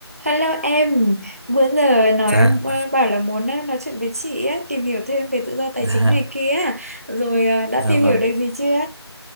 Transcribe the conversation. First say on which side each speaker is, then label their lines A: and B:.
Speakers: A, on the right (about 35°); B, on the right (about 75°).
A: Hello em, bữa giờ nói
B: Dạ,
A: ờ, bảo là muốn ờ, nói chuyện với chị á, tìm hiểu thêm về tự do tài
B: dạ,
A: chính này kia, rồi ờ, đã
B: dạ
A: tìm
B: vâng.
A: hiểu được gì chưa?